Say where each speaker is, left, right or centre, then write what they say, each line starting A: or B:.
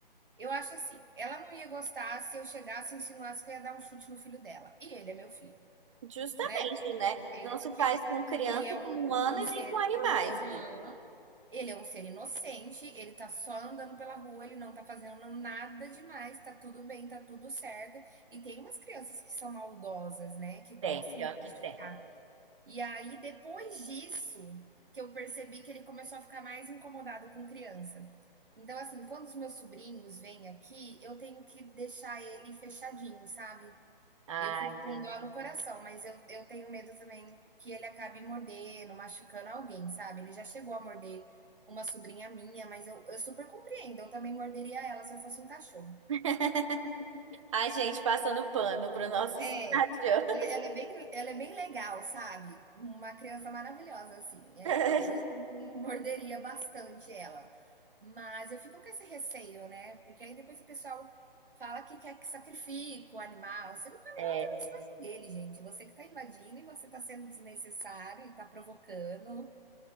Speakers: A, on the right; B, on the right.
A: Eu acho assim, ela não ia gostar se eu chegasse e insinuasse que eu ia dar um chute no filho dela. E ele é meu filho,
B: Justamente,
A: né?
B: né?
A: Ele
B: Não
A: é
B: se
A: meu filho.
B: faz com criança,
A: Ele é um,
B: com humano
A: um-
B: e
A: um ser,
B: nem com animais,
A: aham,
B: Gui.
A: ele é um ser inocente, ele tá só andando pela rua, ele não tá fazendo nada demais, tá tudo bem, tá tudo certo. E tem umas crianças que são maldosas, né, que gostam
B: Tem, pior
A: de machucar.
B: que tem.
A: E aí, depois disso, que eu percebi que ele começou a ficar mais incomodado com criança. Então, assim, quando os meus sobrinhos vêm aqui, eu tenho que deixar ele fechadinho, sabe?
B: Ah,
A: Eu fico
B: entendi.
A: com dó no coração, mas eu, eu tenho medo também que ele acabe mordendo, machucando alguém, sabe? Ele já chegou a morder uma sobrinha minha, mas eu, eu super compreendo, eu também morderia ela se eu fosse um cachorro.
B: <laughs> Ai, gente, passando pano para nossos
A: É,
B: cachorros.
A: ela ela é bem ela é bem legal, sabe. Uma criança maravilhosa, assim. eu
B: <laughs>
A: eu também morderia bastante ela. Mas eu fico com esse receio, né, porque aí depois o pessoal fala que quer que sacrifica o animal, sendo que o animal
B: É,
A: também é espaço dele, gente. Você que está invadindo e você está sendo desnecessário e está provocando.